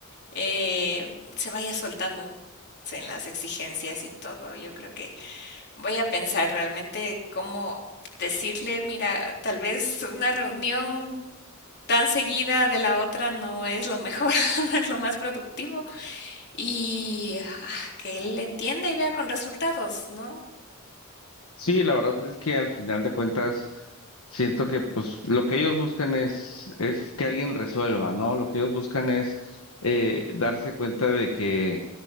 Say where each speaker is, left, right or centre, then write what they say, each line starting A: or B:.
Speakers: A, on the left; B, on the left.
A: eh, se vaya soltando en las exigencias y todo. Yo creo que voy a pensar realmente cómo decirle, mira, tal vez una reunión tan seguida de la otra no es lo mejor, <laughs> no es lo más productivo. Y ah, que él entienda y vea con resultados, ¿no?
B: Sí, la verdad es que al final de cuentas siento que pues lo que ellos buscan es, es que alguien resuelva, ¿no? Lo que ellos buscan es eh, darse cuenta de que